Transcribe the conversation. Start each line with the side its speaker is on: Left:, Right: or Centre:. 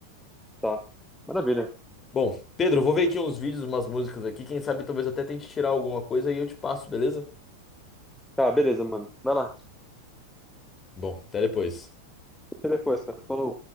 Centre: Tá. Maravilha.
Left: Bom, Pedro, eu vou ver aqui uns vídeos, umas músicas aqui. Quem sabe talvez eu até tente tirar alguma coisa e eu te passo, beleza?
Centre: Tá, beleza, mano. Vai lá.
Left: Bom, até depois.
Centre: Escuta depois, cara. Falou.